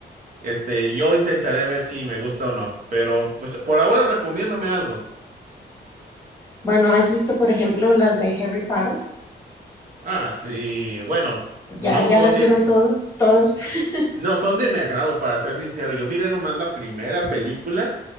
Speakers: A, on the right; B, on the left.
A: Este, yo intentaré ver si me gusta o no, pero pues por ahora recomiéndame algo.
B: Bueno, ¿has visto, por ejemplo, las de Harry Potter?
A: Ah, sí, bueno, no
B: ¿Ya, ya
A: son
B: las
A: de,
B: vieron todos? ¿Todos? <laughs>
A: No son de mi agrado, para ser sincero. Yo miré nomás la primera película